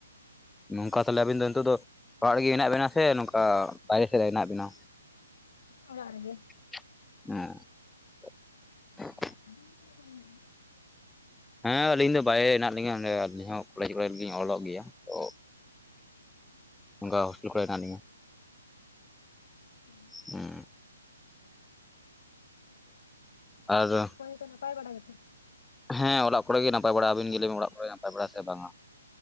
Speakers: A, in the centre; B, on the left (about 55°).
A: ᱱᱚᱝᱠᱟ ᱛᱟᱦᱞᱮ ᱟᱹᱵᱤᱱ ᱫᱚ ᱱᱤᱛᱚᱜ ᱫᱚ ᱚᱲᱟᱜ ᱨᱮᱜᱮ ᱢᱮᱱᱟᱜ ᱵᱮᱱᱟ ᱥᱮ ᱱᱚᱝᱠᱟ ᱵᱟᱭᱨᱮ ᱥᱮᱫ ᱨᱮ ᱦᱮᱱᱟᱜ ᱵᱮᱱᱟ?
B: ᱚᱲᱟᱜ ᱨᱮᱜᱮ᱾
A: ᱚ᱾ <inaudible>
B: ᱟᱵᱤᱱ ᱫᱚ ᱛᱟᱦᱞᱮ ᱚᱠᱟᱨᱮ ᱦᱮᱱᱟᱜ ᱵᱤᱱᱟ?
A: ᱦᱮᱸ ᱟᱹᱞᱤᱧ ᱫᱚ ᱵᱟᱭᱨᱮ ᱦᱮᱱᱟᱜ ᱞᱤᱧᱟ ᱚᱸᱰᱮ ᱟᱹᱞᱤᱧ ᱦᱚᱸ ᱠᱚᱞᱮᱡᱽ ᱠᱚᱨᱮ ᱞᱤᱧ ᱚᱞᱚᱜ ᱜᱮᱭᱟ ᱛᱚ ᱚᱱᱠᱟ ᱦᱳᱥᱴᱮᱞ ᱠᱚᱨᱮ ᱦᱮᱱᱟᱜ ᱞᱤᱧᱟ᱾
B: ᱚ᱾
A: ᱦᱩᱸ <inaudible> ᱟᱨ
B: ᱛᱚ ᱱᱟᱯᱟᱭ ᱵᱟᱲᱟ ᱜᱮᱛᱚ?
A: ᱦᱮᱸ ᱚᱞᱟᱜ ᱠᱚᱨᱮ ᱜᱮ ᱱᱟᱯᱟᱭ ᱵᱟᱲᱟ ᱟᱵᱤᱱ ᱜᱮ ᱞᱟ. ᱭ ᱵᱤᱱ ᱚᱲᱟᱜ ᱠᱚᱨᱮ ᱱᱟᱯᱟᱭ ᱵᱟᱲᱟ ᱥᱮ ᱵᱟᱝᱟ?